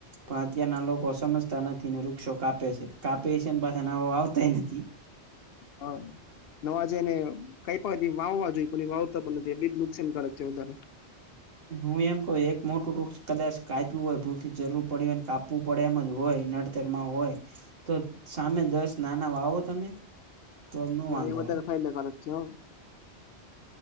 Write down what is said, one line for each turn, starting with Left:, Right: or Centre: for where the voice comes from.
Right: પણ અત્યારના લોકો સમજ નથી ને વૃક્ષો કાપે છે કાપે છે ને પાછા નવા વાવતાય નથી.
Left: હ નવા જઈ ને કઈ પણ વાવવા જોઈએ. વાવતા પણ નથી એ બી જ નુકસાનકારક છે વધારે.
Right: હું એમ કહ એક મોટું વૃક્ષ કદાચ કાપ્યું હોય ભૂલ જરૂર પડી હોયને કાપ કાપું પડે એમ જ હોય નડતરમાં હોય તો સામે દસ નાના વાવો તમે. તો ન વાંધો
Left: એ વધારે
Right: આવે
Left: ફાયદાકારક છે.